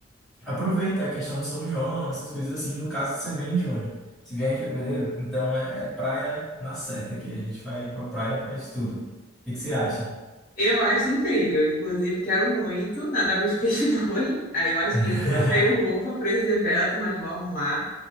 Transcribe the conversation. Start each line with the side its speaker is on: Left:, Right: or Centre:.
Centre: aproveita a questão de São João, essas coisas assim. No caso, você vem em junho, se vier em fevereiro, então é, é praia na certa aqui. A gente vai pra praia, faz tudo. O que que você acha?
Left: Eu acho incrível. Inclusive, quero muito nadar com os peixes-boi. <laughs> Aí eu acho
Centre: <laughs>
Left: que eu que não tenho roupa para esse evento, mas vou arrumar.